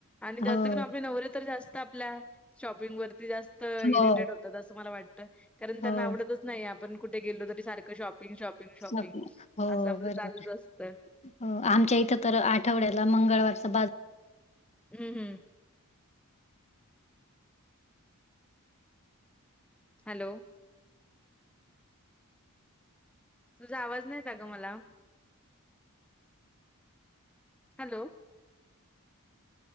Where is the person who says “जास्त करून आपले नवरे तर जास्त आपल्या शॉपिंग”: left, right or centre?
Centre